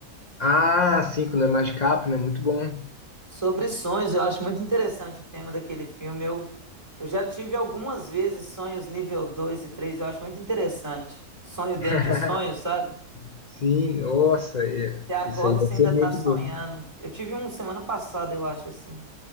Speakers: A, on the left; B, on the right.
A: Ah, sim, com o Leonardo DiCaprio, né? Muito bom.
B: Sobre sonhos, eu acho muito interessante o tema daquele filme. Eu, eu já tive algumas vezes sonhos nível 2 e 3. eu acho muito interessante. Sonho dentro
A: <laughs>
B: de sonho, sabe?
A: Sim, nossa, é-
B: Você acorda
A: isso aí
B: e
A: vai
B: você
A: ser
B: ainda
A: muito
B: tá sonhando.
A: do...
B: Eu tive um semana passada, eu acho assim,